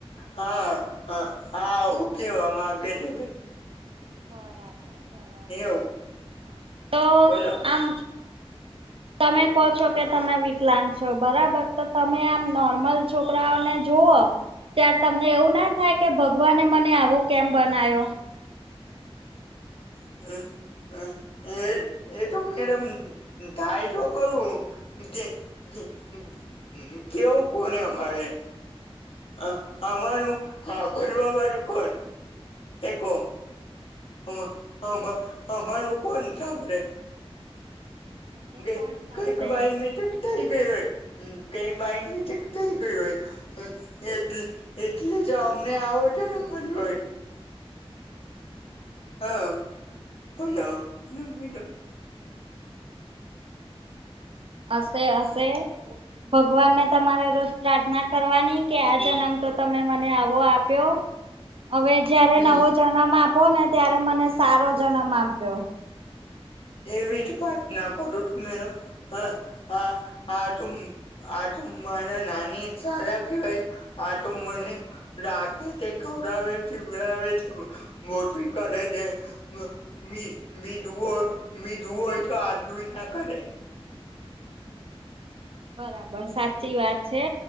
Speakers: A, on the left; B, on the right.
A: હા હા આવું કેવા માંગે <unintelligible>
B: બરાબર બરાબર
A: એવું
B: હા તો
A: બોલો
B: આમ તમે કહો છો કે તમે વિકલાંગ છો બરાબર તો તમે આમ નોર્મલ છોકરાઓને જોઓ તયાર તમને એવું ના થાય કે ભગવાને મને આવો કેમ બનાયો?
A: <inaudible> એ એ તો મેડમ દાય તો કરું <unintelligible> કેવું કોને અમારે અ આમાનું હા ભરવા વાળું કોણ એ કહો અમ અમા અમારું કોણ સાંભળે
B: એ તો
A: ગે
B: કોણ સાંભળે
A: કંઈક બાઈ મિટેક થઇ ગઈ હોય હમ કે બાઈ મિટેક થઈ ગયું હોય એટલ એટલે જ અમને આવોજો ને મજ હોય. હા બોલો <unintelligible>
B: અશે અશે ભગવાનને તમારે રોજ પ્રાર્થના કરવાની કે આ જન્મ તો તમે મને આવો આપ્યો હવે જયારે
A: હમ
B: નવો જન્મ આપો ને ત્યારે મને સારો જન્મ આપજો
A: એવીજ પ્રાર્થના કરો મેનો હ આ આ <unintelligible> આટું મારા નાની સારા કેહવાય આટું મને રાખે તે ખવડાવે પીવડાવે તે મોટી કરે તે મી મી ધુવો મી ધુવોય તો આડુઈ ના કરાય
B: બરાબર સાચી વાત છે.